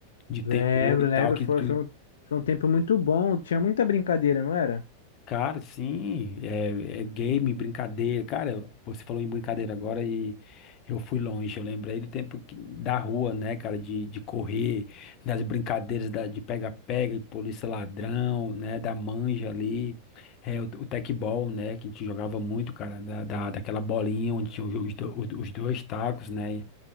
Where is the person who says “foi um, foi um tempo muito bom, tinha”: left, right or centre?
Left